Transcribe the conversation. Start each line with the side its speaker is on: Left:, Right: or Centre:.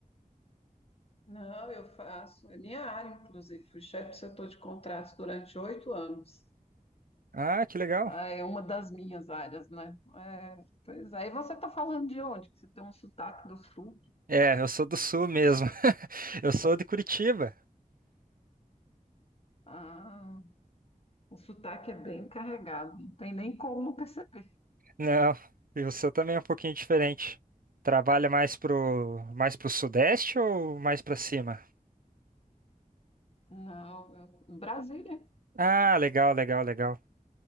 Left: Não, eu faço, é minha área, inclusive. Fui chefe do setor de contratos durante oito anos.
Right: Ah, que legal.
Left: Ah, É uma das minhas áreas, né? É, pois é. aí você está falando de onde? Que você tem um sotaque do sul.
Right: É, eu sou do sul mesmo. <laughs> Eu sou de Curitiba.
Left: Ah, o sotaque é bem carregado, não tem nem como perceber.
Right: Não, e o seu também é um pouquinho diferente. Trabalha mais pro mais pro sudeste ou mais para cima?
Left: Não, eu- Brasília,
Right: Ah, legal, legal, legal.